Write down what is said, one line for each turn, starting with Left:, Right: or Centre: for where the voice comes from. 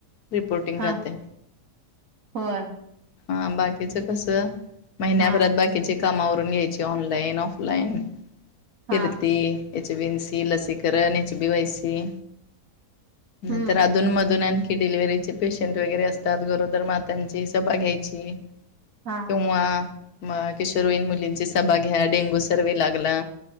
Left: रिपोर्टिंग
Right: हा
Left: राहतय.
Right: होय.
Left: हा बाकीच कस महिन्याभरात
Right: हा
Left: बाकीचे कामावरून घ्यायची, ऑनलाईन, ऑफलाईन
Right: हा
Left: फिरती एच बी एन सी, लसीकरण, एच बी वाय सी नंतर
Right: हम्म
Left: अधूनमधून आन की डिलिव्हरीचे पेशंट वगैरे असतात, गरोदर माता ह्यांची सभा घ्यायची.
Right: हा
Left: केव्वा म किशोरयीन मुलींची सभा घ्या, डेंगू सर्वे लागला.